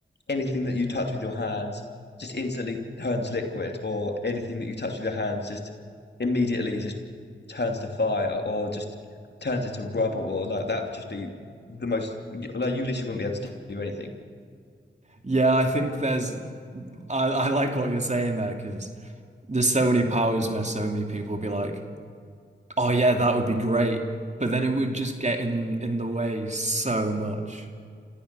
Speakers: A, on the left (about 55°); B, on the right (about 35°).
A: anything that you touch with your hands just instantly turns liquid, or anything that you touch with your hands just immediately just turns to fire, or just turns into rubble, or like that would just be the most like you literally wouldn't be able to do anything.
B: Yeah, I think there's, I, I like what you're saying there because there's so many powers where so many people would be like, oh, yeah, that would be great. But then it would just get in in the way so much.